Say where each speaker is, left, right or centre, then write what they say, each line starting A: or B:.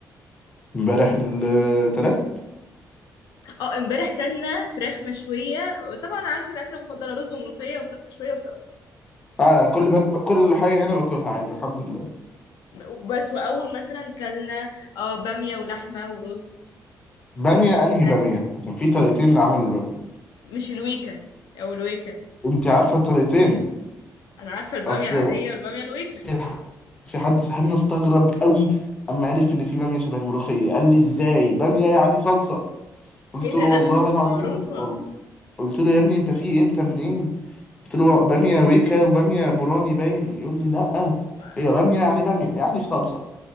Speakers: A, on the left; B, on the left.
A: امبارح التلات
B: اه امبارح كلنا فراخ مشويه طبعا عارفه الاكله المفضله رز وملوخيه وفراخ مشويه وسلطه
A: اه انا كل بك... كل حاجه هنا باكلها عادي الحمد لله
B: وبس واول مثلا كلنا اه باميه ولحمه ورز
A: باميه
B: كانت اكله
A: انهي باميه عشان في طريقتين لعمل الباميه
B: مش الويكا او الويكا
A: انت عارفه الطريقتين
B: انا عارفه الباميه
A: اصل
B: العاديه والباميه الويكا
A: في ح- في حد صاحبنا استغرب قوي اما عرف ان في باميه شبه الملوخيه قال لي ازاي باميه يعني صلصه قلت
B: ايه ده
A: له
B: لا
A: والله
B: لا،
A: العظيم
B: معروفه
A: وال- قلت له يا ابني انت في ايه انت منين قلت له باميه ويكا وباميه بوراني باين يقول لي لا
B: ما...
A: هي باميه يعني باميه يعني في صلصه